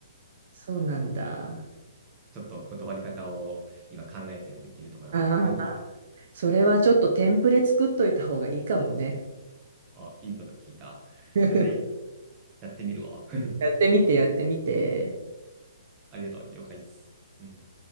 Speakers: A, on the right (about 55°); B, on the right (about 20°).
A: そうなんだ。
B: ちょっと断り方を今考えてる、いるとこなんだ。
A: ああ、
B: <laughs>
A: それはちょっとテンプレ作っといた方がいいかもね。
B: あ、いいこと聞いた。
A: <laughs>
B: それでやってみるわ。<laughs>
A: やってみて、やってみて。
B: ありがとう。了解です。うん